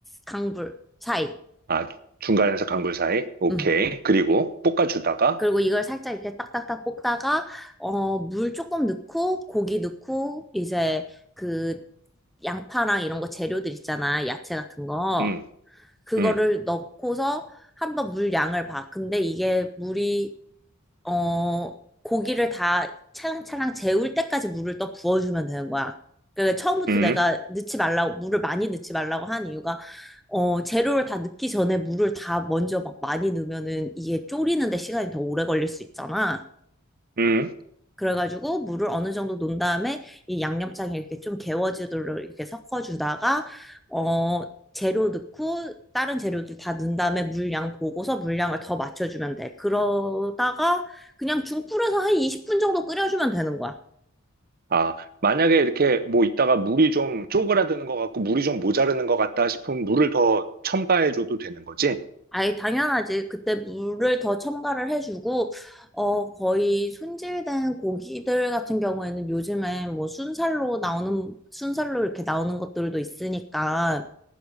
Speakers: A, in the centre; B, on the right (about 45°).
A: 강불 사이.
B: 아, 중간에서 강불 사이? 오케이.
A: 음.
B: 그리고 볶아주다가,
A: 그리고 이걸 살짝 이렇게 딱딱딱 볶다가, 어, 물 조금 넣고, 고기 넣고, 이제 그 양파랑 이런 거 재료들 있잖아. 야채 같은 거.
B: 음,
A: 그거를
B: 음,
A: 넣고서 한번 물 양을 봐. 근데 이게 물이 어, 고기를 다 차랑차랑 재울 때까지 물을 또 부어주면 되는 거야. 그 처음부터
B: 음,
A: 내가 넣지 말라고, 물을 많이 넣지 말라고 한 이유가, 어, 재료를 다 넣기 전에 물을 다 먼저 막 많이 넣으면은 이게 졸이는데 시간이 더 오래 걸릴 수 있잖아.
B: 음.
A: 그래가지고 물을 어느 정도 놓은 다음에 이 양념장에 이렇게 좀 개워지도록 이렇게 섞어주다가 어 재료 넣고 다른 재료들 다 넣은 다음에 물량 보고서 물량을 더 맞춰주면 돼. 그러다가 그냥 중불에서 한 20분 정도 끓여주면 되는 거야.
B: 아, 만약에 이렇게 뭐 있다가 물이 좀 쪼그라드는 것 같고 물이 좀 모자르는 것 같다 싶으면 물을 더 첨가해줘도 되는 거지?
A: 아예 당연하지. 그때 물을 더 첨가를 해주고 어 거의 손질된 고기들 같은 경우에는 요즘에 뭐 순살로 나오는 순살로 이렇게 나오는 것들도 있으니까